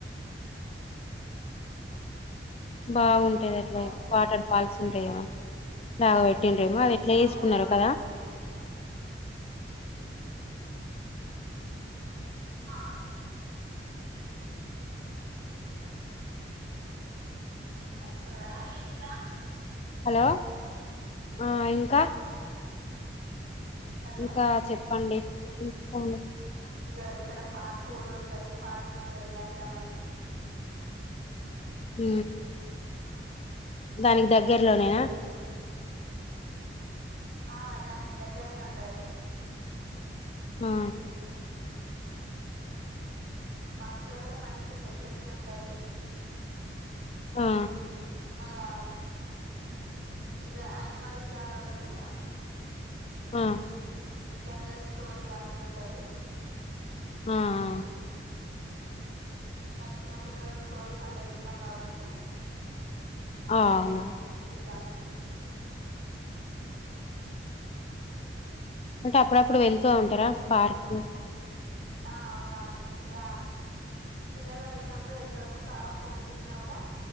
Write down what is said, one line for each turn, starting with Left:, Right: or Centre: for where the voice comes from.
Left: బాగుంది ది ఎట్ల
Right: అవు
Left: ఇ వాటర్ ఫాల్స్ ఇంకే యా <unintelligible> పెట్టింరేమో అది ఎట్ల
Right: అవునవును
Left: చేసుకున్నారో కదా
Right: ఆ ఎం ఎస్ లా ఈ ఎట్లా
Left: హలో ఆ ఇంకా
Right: హలో
Left: ఇంకా చెప్ పండి ఫోల్లో
Right: ఇగ ఇక్కడ పార్క్ కూడుఉంటది పార్క్ కూడా ఎళ్ళద్దాం మని
Left: ఊ
Right: నిన్న రావట్లేదు
Left: దానికి దగ్గర్లోనేనా
Right: ఆ దాంది దగ్గరనే ఉంటాది
Left: హు
Right: పార్కులో కూడా మంచి ఉంటాయి చెట్లు ఉంటాయి
Left: హా
Right: మళ్ళా ఇట్లా అనిమల్స్ లాగా పెట్టి
Left: ఆ
Right: జంగల్ స్టోరీ రాసి ఉంటది
Left: ఆ ఆ
Right: ఇంగ చిన్న పిల్లలలకు స్టోరీస్ అంటే ఇష్టాం కాబట్టి
Left: ఆ అవును
Right: ధమానం
Left: అంటే అప్పుడప్పుడు వెళ్తూ ఉంటారా పార్క్ కు
Right: ఆ అవునవును ఇగ పిల్లలు అడిగినప్పుడు వెళ్తాం బావ ఫోన్ చేసినా కూడా